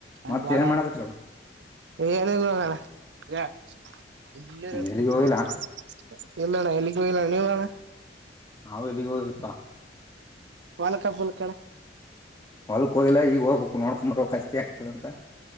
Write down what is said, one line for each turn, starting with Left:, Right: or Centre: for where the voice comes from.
Right: ಆಂಡ್
Left: ಮತ್ತ
Right: ಬಾಡ
Left: ಏನ್ ಮಾಡಕತ್ರಿ
Right: ಏನಣ ಎ <unintelligible>
Left: ಎಲ್ಲಿಗ್ ಹೋಗಿಲ್ಲಾ
Right: ಇಲ್ಲಣ್ಣ ಎಲ್ಲಿಗೂ ಇಲ್ಲಣ ನೀವಣ್ಣ
Left: ನಾವವು ಎಲ್ಲಿಗೆ ಹೋಗ್ಲ್ಪಾ
Right: ಹೊಲ್ಕ <unintelligible> ಲ್ಕಳ
Left: ಹೊಲ್ಕ ಇಲ್ಲ ಈಗ ಹೋಗ್ಬೇಕು ನೋಡ್ಕೊಂಬರ್ಬೇಕಕ್ ಅತ್ತೆ ಆಗ್ತದಂತ